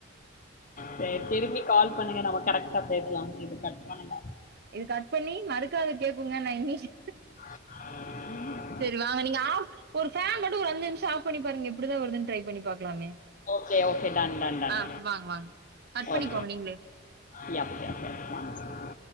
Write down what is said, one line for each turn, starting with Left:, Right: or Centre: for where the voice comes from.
Left: சேரி
Right: ம்
Left: திரும்பி கால் பண்ணுங்க நம்ம கரெக்டா பேசலா இது கட் பண்ணுங்க
Right: இது கட் பண்ணி மறுக்கா இது கேக்குங்க நா எண்ணி செ
Left: ம் ம்
Right: சேரி வாங்க நீங்க ஆஃப் ஒரு ஃபேன் மட்டும் அஞ்சு நிமிஷம் ஆப் பண்ணி பாருங்க எப்படிதா வருதுன்னு ட்ரை பண்ணி பாக்கலாமே
Left: ஓகே ஓகே டன் டன் டன்
Right: ஆ வாங்க வாங்க கட் பண்ணிக்கோங்க
Left: ஓகே
Right: நீங்களே
Left: <inaudible>